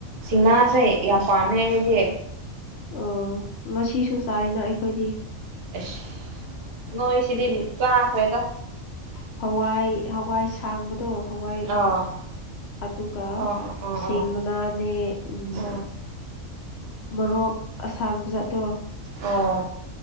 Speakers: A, on the right; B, on the left.
A: ꯁꯤꯡꯃꯥꯅꯁꯦ ꯌꯥꯝ ꯄꯥꯝꯃꯦ ꯑꯩꯗꯤ
B: ꯎꯝ ꯉꯁꯤꯁꯨ ꯆꯥꯏꯗ ꯑꯩꯈꯣꯏꯗꯤ
A: ꯑꯩꯁ ꯅꯣꯏꯁꯤꯗꯤ
B: ꯑꯁꯤ
A: ꯆꯥꯈ꯭ꯔꯦꯗ
B: ꯍꯋꯥꯏ ꯍꯋꯥꯏ ꯁꯥꯡꯕꯗꯣ ꯍꯋꯥꯏ
A: ꯑꯥ
B: ꯑꯗꯨꯒ
A: ꯑꯥ ꯑꯥ
B: ꯁꯦꯡꯃꯅꯥꯅꯦ ꯎꯝ
A: ꯑꯥ ꯑꯥ
B: ꯃꯣꯔꯣꯛ ꯑꯁꯥꯡꯕ ꯖꯥꯠꯇꯣ
A: ꯑꯣ